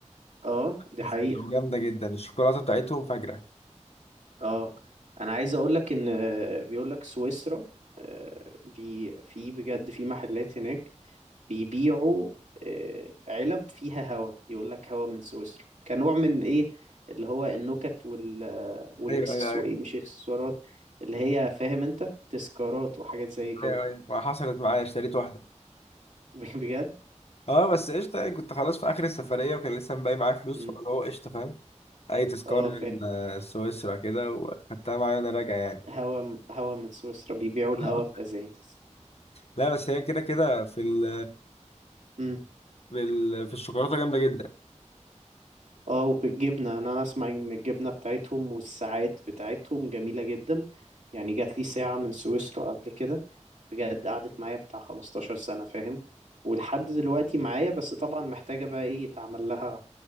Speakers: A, on the right (about 75°); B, on the left (about 55°).
A: آه دي
B: بس
A: حقيقة
B: جامدة جدا الشوكولاتة بتاعتهم فجرة
A: آه أنا عايز أقول لك إن آه، بيقول لك سويسرا آه، بي في بجد في محلات هناك بيبيعوا آه، علب فيها هوا يقول لك هوا من سويسرا كنوع من ايه اللي هو النكت وال آه، والاكسسوار
B: أيوه أيوه أيوه
A: إيه، مش اكسسوارات اللي هي فاهم انت تذكارات وحاجات زي كده
B: أيوه أيوه ما حصلت معايا اشتريت واحدة
A: <laughs> بجد
B: اه بس قشطه يعني كنت خلاص في اخر السفريه وكان لسه باقي معايا فلوس
A: مم.
B: فاللي هو قشطه فاهم اي تذكار
A: اه فاهم
B: لسويسرا كده وخدتها معايا وانا راجع يعني
A: هوا هوا من سويسرا بيبيعوا
B: <laughs>
A: الهوا في ازايز
B: لا بس هي كده كده في ال
A: مم.
B: في ال في الشوكولاته جامده جدا
A: اه وفي الجبنة انا أنا اسمع ان الجبنة بتاعتهم والساعات بتاعتهم جميلة جدا يعني جات لي ساعة من سويسرا قبل كده بجد قعدت معايا بتاع 15 سنة فاهم ولحد دلوقتي معايا بس طبعا محتاجة بقى ايه يتعمل لها